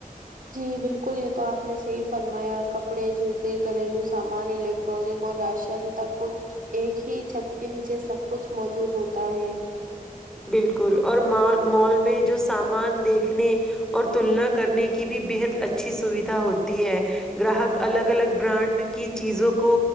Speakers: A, on the right (about 70°); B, in the centre.
A: جی بالکل یہ تو آپ نے صحیح فرمایا کپڑے جوتے گھریلو سامان الیکٹرانک اور راشن تک کچھ ایک ہی چھت کے نیچے سب کچھ موجود ہوتا ہے
B: بالکل اور م مال میں جو سامان دیکھنے اور تلنا کرنے کی بھی بےحد اچھی سویدھا ہوتی ہے گراہک الگ الگ برانڈ کی چیزوں کو